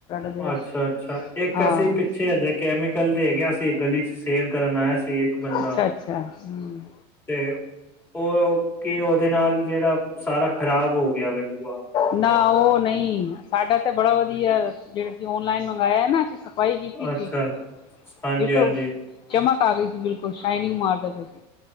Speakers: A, on the left (about 35°); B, on the left (about 15°).
A: ਜਿਹੜਾ
B: ਅੱਛਾ-ਅੱਛਾ, ਇੱਕ
A: ਹਾਂ
B: ਅਸੀਂ ਪਿੱਛੇ ਜੇ ਕੈਮੀਕਲ ਦੇ ਗਿਆ ਸੀ, ਗਲੀ ਚ ਸੇਲ ਕਰਨ ਆਇਆ ਸੀ, ਇੱਕ ਬੰਦਾ
A: ਅੱਛਾ ਅੱਛਾ ਹਮ
B: ਤੇ ਉਹ ਕੀ, ਉਹਦੇ ਨਾਲ ਜਿਹੜਾ ਸਾਰਾ ਖ਼ਰਾਬ ਹੋ ਗਿਆ ਵਾ ਬੂਆ।
A: ਨਾ ਉਹ ਨਹੀਂ, ਸਾਡਾ ਤਾ ਬੜਾ ਵਧੀਆ, ਜਿਹੜਾ ਅਸੀਂ ਔਨਲਾਈਨ ਮੰਗਵਾਇਆ ਨਾ ਅਸੀਂ। ਬਾਈ ਗੀ ਪੀਤੀ
B: ਅੱਛਾ ਹਾਂਜੀ
A: ਦੇਖੋ
B: ਹਾਂਜੀ
A: ਚਮਕ ਆ ਗਈ ਸੀ, ਬਿਲਕੁਲ ਸ਼ਾਈਨਿੰਗ ਮਾਰਦਾ ਪਿਆ ਸੀ,